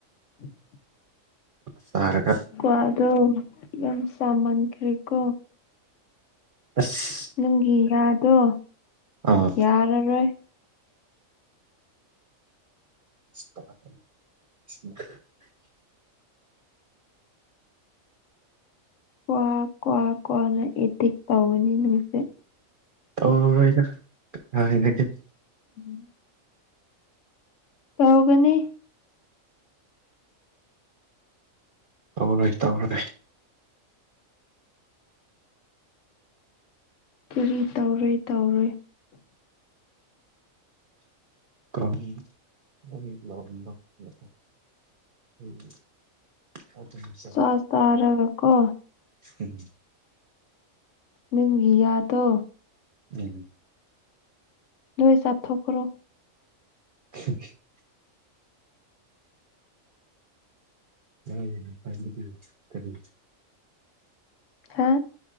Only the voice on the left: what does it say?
<inaudible>
ꯀ꯭ꯋꯥꯗꯣ ꯌꯥꯝ ꯆꯥ ꯃꯟꯈ꯭ꯔꯦꯀꯣ
ꯅꯪꯒꯤ ꯌꯥꯗꯣ
ꯌꯥꯔꯔꯣꯏ
ꯀ꯭ꯋꯥ ꯀ꯭ꯋꯥ ꯀ꯭ꯋꯥꯅ ꯑꯦꯇꯤꯛ ꯇꯧꯕꯅꯤ ꯅꯪꯁꯦ
ꯎꯝ ꯇꯧꯒꯅꯤ
ꯀꯔꯤ ꯇꯧꯔꯣꯏ ꯇꯧꯔꯣꯏ
ꯆꯥꯛ ꯆꯥꯔꯒꯀꯣ
ꯅꯪꯒꯤ ꯌꯥꯗꯣ
ꯂꯣꯏ ꯆꯥꯊꯣꯛꯈ꯭ꯔꯣ
ꯍꯥ